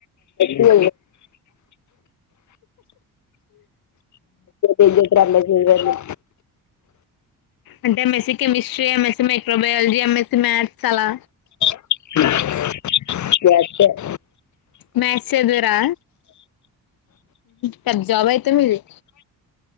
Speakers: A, on the left; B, on the left.
A: ఎంఎస్సీ ఎంఎస్సీ ఏం చేస్తారు ఎంఎస్సీ గారిని
B: అంటే ఎమ్ ఎస్ ఈ కెమిిస్ట్రీ మెస్ microbiology M S E maths అలా
A: <inaudible>
B: మ్యాథ్స్ చదివారా పెద్ద జాబ్ అయితే మీది